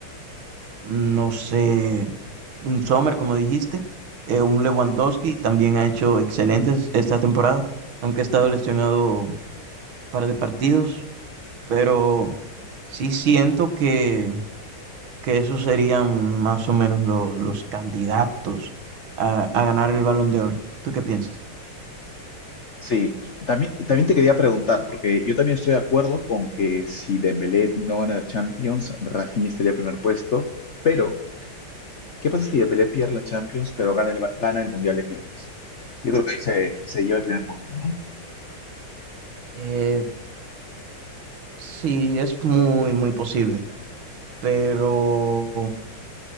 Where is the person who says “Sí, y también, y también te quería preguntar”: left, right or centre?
Left